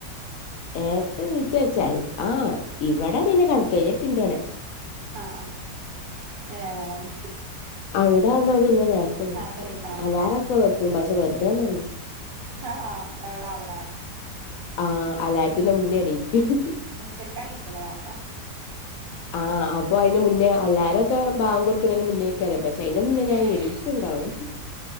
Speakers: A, on the left (about 70°); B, on the right (about 80°).
A: നേര്ത്തെ നീച്ചാച്ചാൽ ആഹ് ഇവടെ പിന്നെ കണ്ക്കാ ഞാപിന്റോടെ
B: അഹ് ആഹ് ഏഹ്
A: അവ്ടെ ആവുമ്പോ പിന്നെ നേര്ത്തെ നീച്ചും
B: നേരത്തെ നീക്കണല്ലോ
A: ഉം അല്ലാറൊക്കെ വെക്കും പക്ഷെ വെറ്ദെന്നൊള്ളു.
B: അ ആഹ് അവ്ടെ അവ്ടെ
A: ആഹ് അലാര്ത്തിന്റെ മുന്നേ എണീക്കു ഹ് ഹ് ഹ്
B: നിസ്കരിക്കാൻ നീക്കൂലെ നേര്ത്തെ?
A: ആഹ് അപ്പൊ അയ്ന് മുന്നേ അല്ലാ രൊക്കെ ഭാങ്കൊട്ക്ണൈന് മുന്നേ ചെലേപ്പാെഷൈന മുന്നേ ഞാ
B: ആഹ്
A: എണീച്ച്ണ്ടാവും